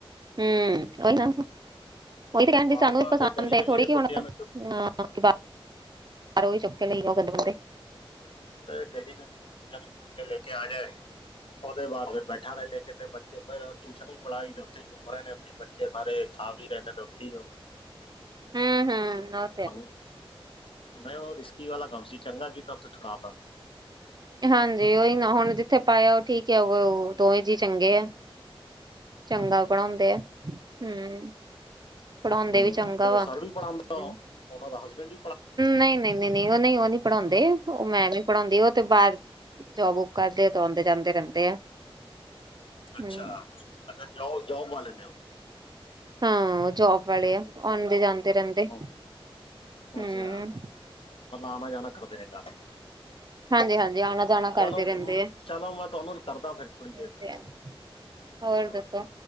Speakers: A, on the right; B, on the left.
A: ਹੂੰ ਉਹੀ ਨਾ,
B: ਲੇਕਿਨ
A: ਉਹੀ ਤੇ ਕਹਿਣ
B: ਉਹ ਬਾਰ-ਬਾਰ
A: ਡੇ, ਸਾਨੂੰ ਪਸੰਦ
B: ਦੇ ਗਲੀ-ਗਲੀ
A: ਥੋੜੀ
B: ਦੇ
A: ਕਿ
B: ਕੁੱਤਿਆਂ
A: ਹੁਣ,
B: ਨੂੰ ਚੁੱਕ ਕੇ
A: ਹਾਂ ਬਾਕੀ ਬਾਹੋਂ ਵੀ ਚੁੱਕ ਕੇ ਲਈ ਆਓ ਗਦੇ ਬਦੇ
B: ਤੇ ਗਲੀ ਗਲੀ ਤੇ ਕੁਤਿਆਂ ਨੂੰ ਚੁੱਕ ਕੇ ਲੈ ਕੇ ਆ ਜਾਏ। ਉਹਦੇ ਬਾਅਦ ਫਿਰ ਬੈਠਾ ਰੇਆ ਕੇ ਕੇ ਤੇ ਬੱਚੇ, ਟਿਊਸ਼ਨ ਵੀ ਪੜ੍ਹਾਈ ਤੇ ਉੱਥੇ। ਘੁੰਮ ਰਹੇ ਨੇ ਉੱਥੇ ਬੱਚੇ ਸਾਰੇ ਖਾ-ਹੀ ਰਹੇ ਨੇ ਉੱਥੇ ਓਹ
A: ਹੂੰ ਹੂੰ ਨਰ
B: ਪੰਗ, ਮੈਂ ਉਹ ਰਿਸਕੀ ਵਾਲਾ ਕੰਮ ਸੀ। ਚੰਗਾ ਕੀਤਾ ਉਥੋਂ ਛੁੜਾ ਤਾ।
A: ਹਾਂਜੀ, ਓਹੀ ਨਾ ਹੁਣ ਜਿੱਥੇ ਪਾਇਆ ਉਹ ਠੀਕ ਆ ਉਹ ਦੋਵੇਂ ਜੀਅ ਚੰਗੇ ਆ।
B: <inaudible>
A: ਚੰਗਾ ਬਣਾਉਂਦੇ ਆ। ਹੂੰ ਪੜ੍ਹਾਉਂਦੇ
B: ਹੂੰ
A: ਵੀ ਚੰਗਾ
B: ਤੇ
A: ਵਾ।
B: ਸਰ ਵੀ ਪੜਾਉਂਦਾ
A: ਹੂੰ
B: ਉਹਨਾਂ ਦਾ ਹਸਬੈਂਡ।
A: ਨਹੀਂ ਨਹੀਂ ਨਹੀਂ ਨਹੀਂ, ਉਹ ਨਹੀਂ, ਉਹ ਨਹੀਂ ਪੜ੍ਹਾਉਂਦੇ। ਉਹ ਮੈਂਮ ਈ ਪੜ੍ਹਾਉਂਦੀ ਐ। ਉਹ ਤੇ ਬਾਹਰ ਜੋਬ ਵੋਬ ਕਰਦੇ ਆ ਤੇ ਆਉਂਦੇ ਜਾਂਦੇ ਰਹਿੰਦੇ ਆ।
B: ਅੱਛਾ,
A: ਹੂੰ
B: ਅੱਛਾ ਜਓ ਜੌਬ ਵਾਲੇ ਨੇ ਓਹ।
A: ਹਾਂ। ਉਹ ਜੋਬ ਵਾਲੇ ਆ, ਆਦੇ ਜਾਂਦੇ ਰਹਿੰਦੇ।
B: ਉਹ
A: ਹੂੰ।
B: ਅੱਛਾ, ਮਤਲਬ ਆਉਣਾ ਜਾਣਾ ਕਰਦੇ ਨੇ ਘਰ।
A: ਹਾਂਜੀ, ਹਾਂਜੀ ਆਣਾ ਜਾਣਾ
B: ਚਲੋ,
A: ਕਰਦੇ ਰਹਿੰਦੇ
B: ਚਲੋ ਮੈਂ ਤੁਹਾਨੂੰ ਕਰਦਾ ਫਿਰ ਥੋੜੀ
A: ਆ।
B: ਦੇਰ ਚ ਫੋਨ
A: ਹੋਰ ਦੱਸੋ?
B: ਓਕੇ।